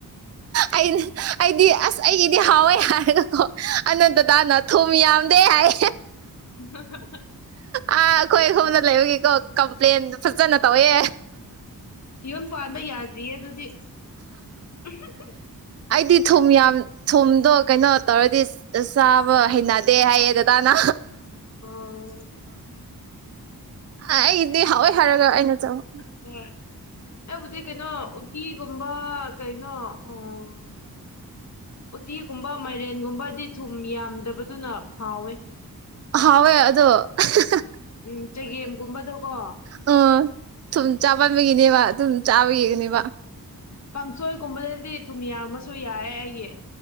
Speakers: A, on the right (about 45°); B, on the left (about 50°).
A: ꯑꯩꯅ ꯑꯩꯗꯤ ꯑꯁ ꯑꯩꯒꯤꯗꯤ ꯍꯥꯎꯋꯦ ꯍꯥꯏꯔꯒꯀꯣ ꯑꯅꯟꯗꯇꯥꯅ ꯊꯨꯝ ꯌꯥꯝꯗꯦ ꯍꯥꯏ
B: ꯑꯣ ꯍꯥ ꯍꯥ ꯍꯥ
A: ꯑꯥ ꯑꯩꯈꯣꯏ ꯍꯣꯝꯗ ꯂꯩꯕꯒꯤꯀꯣ ꯀꯝꯄ꯭ꯂꯦꯟꯗ ꯐꯖꯅ ꯇꯧꯋꯦ
B: ꯌꯨꯝ ꯄꯥꯟꯕ ꯌꯥꯗ꯭ꯔꯤꯌꯦ ꯑꯗꯨꯗꯤ ꯎꯨꯍꯨ
A: ꯑꯩꯗꯤ ꯊꯨꯝ ꯌꯥꯝ ꯊꯨꯝꯗꯣ ꯀꯩꯅꯣ ꯇꯧꯔꯗꯤ ꯑ ꯆꯥꯕ ꯍꯩꯅꯗꯦ ꯍꯥꯏꯌꯦ ꯗꯗꯥꯅ
B: ꯑꯣ
A: ꯑꯩꯒꯤꯗꯤ ꯍꯥꯎꯋꯦ ꯍꯥꯏꯔꯒ ꯑꯩꯅ ꯆꯥꯕ
B: ꯍꯣꯏ ꯑꯗꯨꯕꯨꯗꯤ ꯀꯩꯅꯣ ꯎꯇꯤꯒꯨꯝꯕ ꯀꯩꯅꯣ ꯎꯨ ꯎꯇꯤꯒꯨꯝꯕ ꯃꯥꯏꯔꯦꯟꯒꯨꯝꯕꯗꯤ ꯊꯨꯝ ꯌꯥꯝꯗꯕꯗꯨꯅ ꯍꯥꯎꯋꯦ
A: ꯍꯥꯎꯋꯦ ꯑꯗꯣ ꯍꯥ ꯍꯥ ꯍꯩ
B: ꯎꯝ ꯆꯒꯦꯝꯒꯨꯝꯕꯗꯣꯀꯣ
A: ꯑꯣ ꯊꯨꯝ ꯆꯥꯃꯞꯕꯒꯤꯅꯦꯕ ꯑꯗꯨꯝ ꯆꯥꯕꯒꯤꯅꯦꯕ
B: ꯎꯝ ꯀꯥꯡꯁꯣꯏꯒꯨꯝꯕꯗꯗꯤ ꯊꯨꯝ ꯌꯥꯝꯃꯁꯨ ꯌꯥꯏꯌꯦ ꯑꯩꯒꯤ